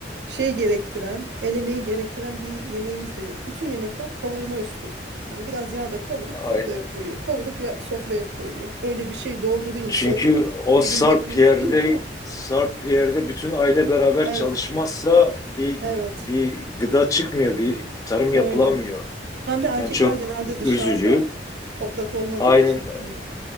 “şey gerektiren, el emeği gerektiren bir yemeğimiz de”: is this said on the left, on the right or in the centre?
Right